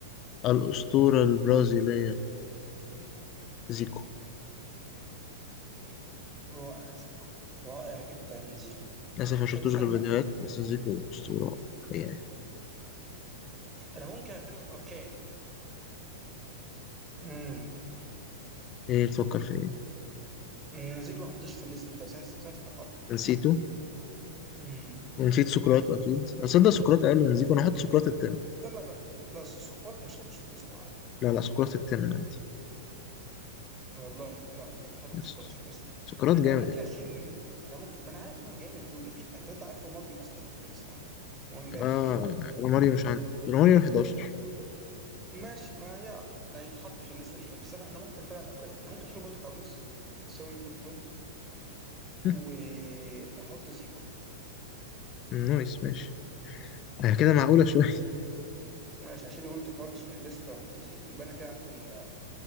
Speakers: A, on the left (about 35°); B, on the right (about 20°).
A: الاسطوره البرازيليه زيكو
B: رائع زيكو رائع جدا زيكو
A: للاسف ما شفتوش
B: طب استنى
A: غير فيديوهات بس زيكو اسطوره حقيقه يعني
B: انا ممكن فعلا اوكي امم
A: ايه بتفكر في ايه
B: أمم، زيكو ما حطوش في الليست بتاع سانس سانس سقطته
A: نسيته
B: امم
A: ونسيت سقراط اكيد
B: ز-
A: اصدق سقراط اقل من زيكو انا هحط سقراط التاني
B: لا لا لا لا سكوات مش مش في الليست معايا
A: لا لا سقراط التامن عندي
B: والله لا انا مش حاطط
A: بس.
B: سكوات في الليست
A: سقراط جامد
B: انا ممكن
A: يعني
B: اشيل انا ممكن ما انا عارف ان هو جامد يا دود ما في انت انت عارف هو ماريو مثلا مش حاطه في الليست عندي ماريو لعيب
A: اه
B: كبير
A: روماريو مش عندي روماريو 11
B: ماشي ما يا ما يتحط في الليسته دي بس انا انا ممكن فعلا اوكي انا ممكن اشيل بوت كارلوس سوري بوتو
A: <laughs>
B: واحط زيكو
A: نايس ماشي آه
B: ماشي
A: كده معقولة شوية <laughs>
B: ماشي هشيل بوت كارلوس من الليسته واحط زيكو يبقى انا كده عندي ال...